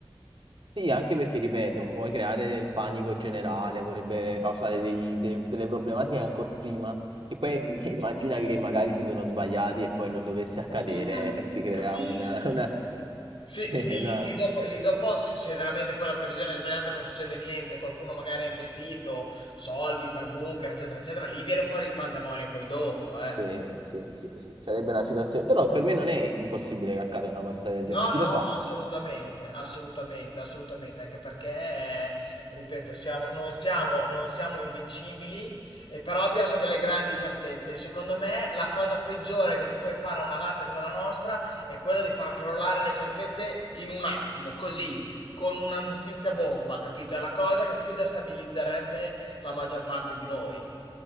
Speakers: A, on the right; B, on the left.
A: Sì, anche perché, ripeto, puoi creare del panico generale, potrebbe causare dei- dei- delle problematiche ancora prima, che poi <laughs> immagina che magari si sono sbagliati e poi non dovesse accadere
B: Mm.
A: e si crea
B: Capisci?
A: un, una... <laughs>
B: Sì,
A: Sì,
B: sì,
A: una-
B: lì, lì dopo, lì dopo se, se veramente poi la previsione è sbagliata e non succede niente, qualcuno magari ha investito soldi per bunker, eccetera, eccetera, lì viene fuori il pandemonio poi dopo, eh.
A: sì, sì, sì, sì, sarebbe una situazione... Però per me non è impossibile che accada una cosa del
B: No,
A: genere, chi
B: no,
A: lo sa?
B: assolutamente, assolutamente, assolutamente, anche perché, eh, ripeto, siamo, non siamo, non siamo invincibili, e però abbiamo delle grandi certezze. Secondo me, la cosa peggiore che tu puoi fare a una razza come la nostra è quella di far crollare le certezze in un attimo, così, con una notizia bomba, capito? È la cosa che più destabilizzerebbe la maggior parte di noi.